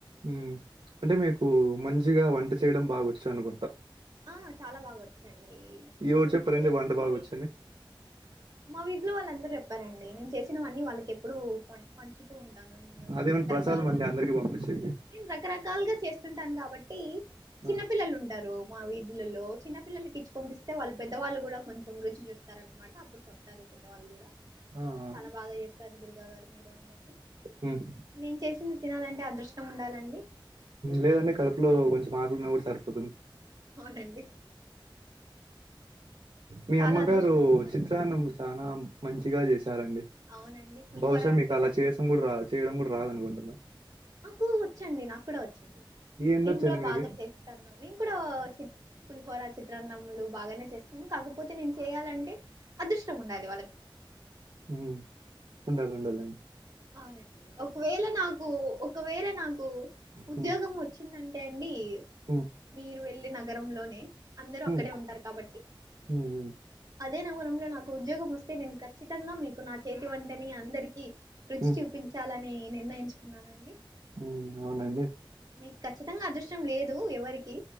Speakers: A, on the right; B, on the right.
A: ఉమ్ అంటే మీకు మంచిగా వంట చేయడం బాగోచ్చానుకుంటా
B: ఆ చాలా బాగా వచ్చండి
A: ఎవరు
B: నేను
A: చెప్పారండి
B: చేసింది
A: వంట బాగొచ్చని?
B: మా వీధిలో వాళ్ళందరూ చెప్పారండి నేను చేసినవన్నీ వాళ్ళకి ఎప్పుడు కోన్ పంచు ఉంటాను నే
A: అదేమన్నా
B: రకరకాలు
A: ప్రసాదం అండి అందరికి పంపించేకి.
B: నేను రకరకాలుగా చేస్తుంటాను కాబట్ ట్టి చిన్న
A: ఆ!
B: పిల్లలు ఉంటారు మా వీధులలో చిన్న పిల్లలకి ఇచ్చి పంపిస్తే వాళ్ళు పెద్దవాళ్ళు కూడా కొంచెం రుచి చూస్తారనమాట అప్పుడు చెప్తారు పెద్దవాళ్ళు కూడా
A: ఆ! ఆ!
B: చాలా బాగా చేస్తారు దుర్గా గారు మీరు అని చెప్పి
A: హ్మ్.
B: నేను చేసింది తినాలంటే అదృష్టమున్డాలండి
A: లేదండి కడుపులో కొంచం ఆకులున్న కూడా సరిపోతది
B: అవునండి
A: మీ
B: చాలా
A: అమ్మగారు
B: అదృష్టం ఉండాలి
A: చిత్రాన్నం ఛానా మంచిగా చేస్ తరండి
B: అవునండి పులిహోర
A: బహుశా
B: అండి
A: మీకు అలా
B: దాన్ని
A: చేసం కూడా రా చేయడం కూడా రాద అనుకుంటన
B: ఓ వచ్చండి నాకు కూడా వచ్చు
A: ఏందొచ్చండి
B: నేను కూడా
A: మీకి?
B: బాగా చేస్తాను నేను కూడా చి పులిహోరా చే చిత్రాన్నములు బాగానే చేస్తాను కాకపోతే నేను చేయాలంటే అదృష్టం ఉండాలి వాళ్ళకి
A: ఉమ్ ఉండాల ఉండాల
B: అవునండి ఒకవేళ నాకు ఒకవేళ నాకు ఉద్యోగం
A: హ్మ్.
B: వచ్చిందం టె అండి
A: హ్మ్.
B: మీరు వెళ్లి నగరంలోనే అందరు
A: హ్మ్.
B: అక్కడే ఉంటారు కాబట్టి
A: హ్మ్. హ్మ్.
B: అదే నగురంలో నాకు ఉద్యోగం వస్తే నేను ఖచ్చితంగా మీకు నా చేతి వంటని అందరికీ రుచి
A: హ్మ్.
B: చూపించాలని నిర్ణయించుకున్నానండి
A: ఉమ్ అవునండి
B: మీకు ఖచ్చితంగా అదృష్టం లేదు ఎవరికి